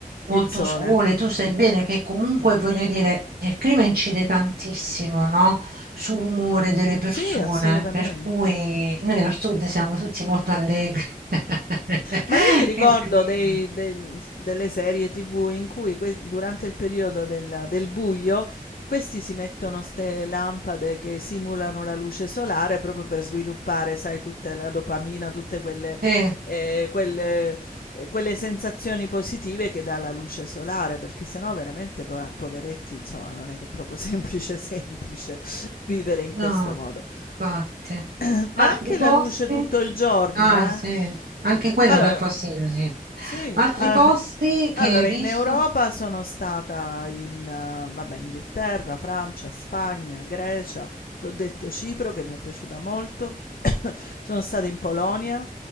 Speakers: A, on the right (about 85°); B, on the left (about 75°).
A: molto
B: il sole.
A: sole, tu sai bene che comunque voglio dire, il clima incide tantissimo, no? sull'umore delle persone,
B: Sì, assolutamente.
A: per cui noi al sud siamo tutti molto allegri. <laughs>
B: Ma io mi ricordo
A: Il clima.
B: dei- de- delle serie TV in cui que- durante il periodo del, del buio questi si mettono ste lampade che simulano la luce solare proprio per sviluppare, sai, tutta la dopamina, tutte quelle,
A: Eh,
B: eh, quelle, eh, quelle sensazioni positive che dà la luce solare, perché sennò veramente pora- poveretti, insomma, non è che è proprio <laughs> semplice, semplice vivere in
A: no,
B: questo modo.
A: infatti.
B: <clears throat>
A: Altri
B: Ma anche
A: posti?
B: la luce tutto il giorno,
A: Ah,
B: eh?
A: sì, anche quella
B: Allora,
A: dà fastidio, sì.
B: sì,
A: Altri
B: ah,
A: posti che
B: allora
A: hai visto?
B: in Europa sono stata in, eh, vabbè, Inghilterra, Francia, Spagna, Grecia, t'ho detto Cipro che mi è piaciuta molto, <coughs> sono stata in Polonia,